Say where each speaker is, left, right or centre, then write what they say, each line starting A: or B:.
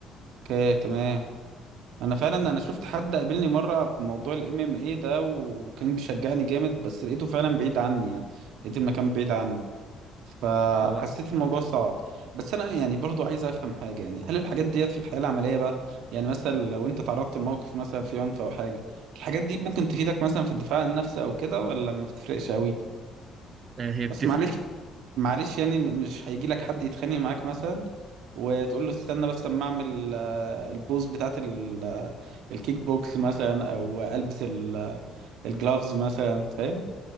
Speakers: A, on the right (about 70°); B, on the right (about 30°).
A: اوكي تمام انا فعلا انا شفت حد قابلني مرة في موضوع الام ام اي ده وكان بيشجعني جامد بس لقيته فعلا بعيد عني يعني لقيت المكان بعيد عني فحسيت
B: هو
A: الموضوع صعب بس انا يعني برضو عايز افهم حاجة يعني هل الحاجات ديت في الحياة العملية بقى يعني مثلا لو انت تعرضت لموقف مثلا في عنف او حاجة الحاجات دي ممكن تفيدك مثلا في الدفاع عن النفس او كده ولا ما بتفرقش قوي
B: آه، هي بتفرق
A: بس معلش معلش يعني م- مش هيجي لك حد يتخانق معاك مثلا وتقول له استنى بس اما اعمل آه، البوز بتاعت ال- آه، الكيك بوكس مثلا او البس ال- آه، الجلافز مثلا فاهم